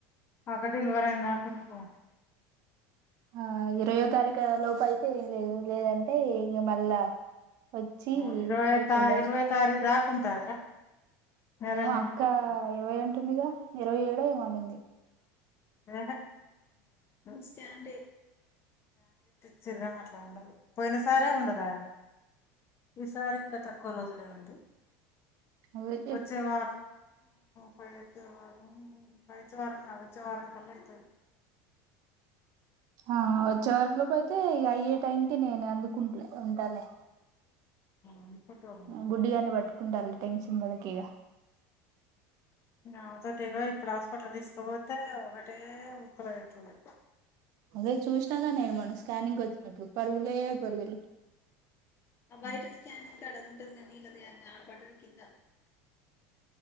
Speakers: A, on the left; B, on the right.
A: అగా డెలివర్ అయింద కొందుకు
B: ఆ ఇరవయో తారీఖు లోపు అయితే ఏం లేదు లేదంటే ఇక మళ్ళా వచ్చి
A: ఓ ఇరవై
B: పరీక్షలు
A: త
B: రాసి
A: ఇరవై తారీదాకుంట అ్ర నెలలు
B: ఏమో
A: నింపోతది
B: అక్క ఇరవై అంటుందిగా ఇరవై ఏడో ఏమనింది
A: ర స్న్ చిగా అట్లా ఉండదు పోయిన సారే ఉండదా విసారి ఇంకా తక్కువ రోజులువండి
B: అదే
A: వచ్చేవా పైచి వారం పైచివాారంగా అదచ్చ వారంగా కలైతే
B: ఆ వచ్చే వారి పోలేప అయితే ఇక అయ్యే టైం ఇే నేను అందుకుంట ఉంటాలే
A: అనుకుంటున్నా
B: బ గుడ్డిగాన్ని పట్టుకుంటాంది టెన్షన్ పడకిగా
A: నాతోటిగా ఇప్పుడు హాస్పిటల్ తీసుకుపోతే ఒకటే ఉక్క లై తుండు
B: అదే చూసినాక నేను మనం స్కానింగ్ వచ్చినప్పుడు పరుగులే బరిగిలు
A: అ బయిట స్కనింగ్కాడ అదింటదిగానీళ్ళది ఆ పడ్డది కింద